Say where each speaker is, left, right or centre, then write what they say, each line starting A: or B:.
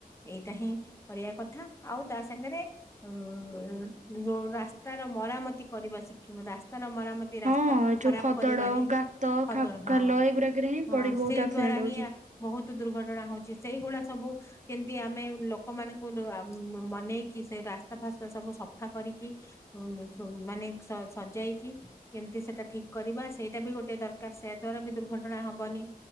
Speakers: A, on the left; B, on the right.
A: ଏଇଟା ହିଁ କରିଆ କଥା ଆଉ ତା ସାଙ୍ଗେରେ ଉଁ ରୋ - ରାସ୍ତାର ମରାମତି କରିବା ଶିଖିବ ରାସ୍ତାର ମରାମତି
B: ହଁ
A: ରାସ୍ ତାକୁ
B: ଏ
A: ଖରାପ
B: ଯୋଉ ଖଦଡ
A: କରିବାନି
B: ଗାତ
A: ଖଦଡ ହଁ-ହଁ
B: ଖାଲ ଏଗୁଡାକରେ ହିଁ ପଡିକି ବହୁତ
A: ସେଇ
B: ଆକ୍ସିଡେଣ୍ଟ
A: ଦ୍ଵାରା
B: ହଉଛି।
A: ହିଁ ବହୁତୁ ଦୁର୍ଘଟଣା ହଉଚି ସେଇଗୁଡା ସବୁ କେ ଯଦି ଆମେ ଲୋକମାନଙ୍କୁ ମନେଇକି ସେ ରାସ୍ତା ଫାସ୍ତା ସବୁ ସଫା କରିକି ଉ ଛୁ ମାନେ ସ ସଜାଇକି କେମିତି ସେଟା ଠିକ୍ କରିବା ସେଇଟା ବି ଗୋଟେ ଦରକାର୍ ସେୟା ଦ୍ଵାରା ବି ଦୁର୍ଘଟଣା ହବନି।